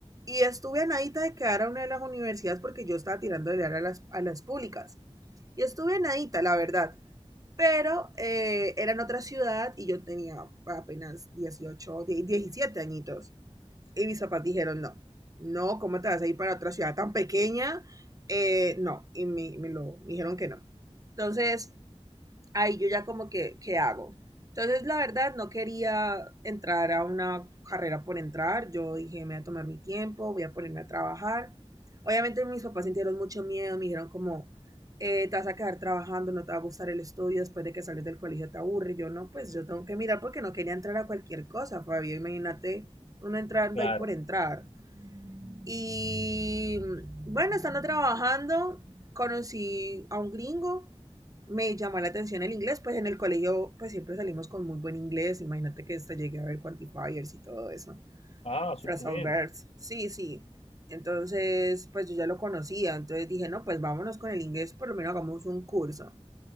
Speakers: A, on the right; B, on the left.
A: y estuve a nadita de quedar a una de las universidades porque yo estaba tirando de a las, a las públicas. Y estuve a nadita, la verdad, pero eh, era en otra ciudad y yo tenía apenas dieciocho die 17 añitos. Y mis papás dijeron, no, no, ¿cómo te vas a ir para otra ciudad tan pequeña? Eh, no, y me, me lo me dijeron que no. Entonces, ahí yo ya como que, ¿qué hago? Entonces, la verdad, no quería entrar a una carrera por entrar. Yo dije, me voy a tomar mi tiempo, voy a ponerme a trabajar. Obviamente mis papás sintieron mucho miedo, me dijeron como, eh, te vas a quedar trabajando, no te va a gustar el estudio, después de que sales del colegio te aburre. Yo no, pues yo tengo que mirar porque no quería entrar a cualquier cosa, Fabio. Imagínate uno entrando
B: Claro.
A: ahí por entrar. Y bueno, estando trabajando, conocí a un gringo me llamó la atención el inglés, pues en el colegio pues siempre salimos con muy buen inglés, imagínate que hasta llegué a ver quantifiers y todo eso,
B: Ah, súper
A: phrasal
B: bien.
A: verbs, sí, sí, entonces pues yo ya lo conocía, entonces dije, no, pues vámonos con el inglés, por lo menos hagamos un curso,